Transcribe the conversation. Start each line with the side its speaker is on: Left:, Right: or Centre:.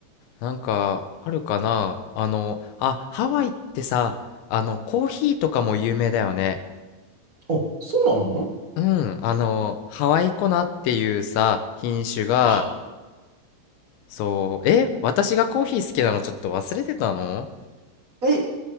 Left: なんか、あるかなあの、あ、ハワイってさ、あの、コーヒーとかも有名だよね。
Right: あ、そうなの
Left: うん、あの、ハワイコナっていうさ、品種が、
Right: あ、
Left: そう、え、私がコーヒー好きなのちょっと忘れてたの
Right: え、